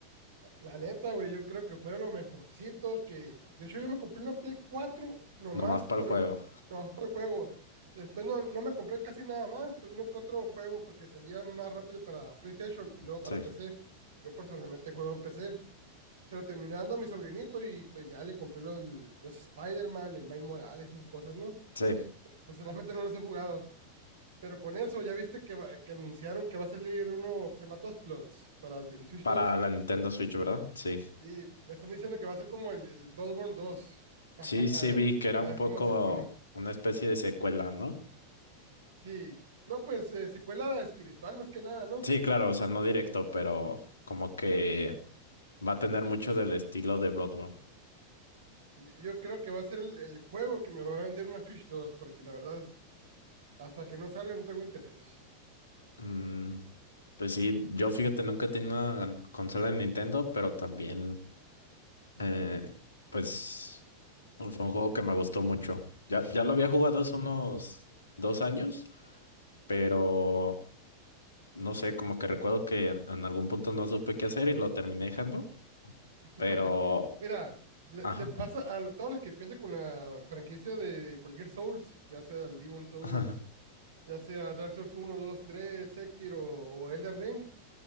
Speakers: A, on the right; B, on the left.
A: La neta, güey, yo creo que fue lo mejorcito que... De hecho, yo me compré una Play cuatro nomás
B: nomás para
A: por,
B: el juego.
A: el- nomás por el juego. Después no, no me compré casi nada más, uno que otro juego porque salía más rápido para PlayStation y luego para
B: Sí,
A: PC. Yo personalmente juego en PC, pero terminé dando a mi sobrinito y pues ya le compré los, los Spider-Man, el Miles Morales, esas cosas, ¿no?
B: sí,
A: Personalmente no los he jugado. Pero con eso, ya viste que, va- que anunciaron que va a salir uno que se llama Dustblood para el Switch
B: para
A: dos
B: la Nintendo Switch, ¿verdad? Sí.
A: sí me están diciendo que va a ser como el, el Bloodborne dos <laughs>
B: Sí, sí
A: A ver,
B: vi que era
A: a
B: un
A: ver
B: poco
A: cómo se pone.
B: una especie de secuela, ¿no?
A: Sí, no, pues eh, secuela espiritual más que nada, ¿no?
B: Sí, claro, o sea, no directo, pero como que va a tener mucho del estilo de Bloodborne.
A: Sí, yo creo que va a ser el, el juego que me va a vender una Switch dos porque la verdad, hasta que no salga no tengo interés.
B: Mm, pues sí, yo fíjate, nunca he tenido una consola de Nintendo, pero también Eh, pues fue un juego que me gustó mucho. Ya, ya lo había jugado hace unos dos años, pero no sé, como que recuerdo que en, en algún punto no supe qué hacer y lo terminé dejando,
A: <laughs>
B: pero
A: Mira, le,
B: ajá,
A: le pasa a lo- todos los que empiezan con la franquicia de cualquier Souls, ya sea el Demon Souls
B: <laughs>
A: ya sea Dark Souls uno dos tres Sekiro o Elden Ring.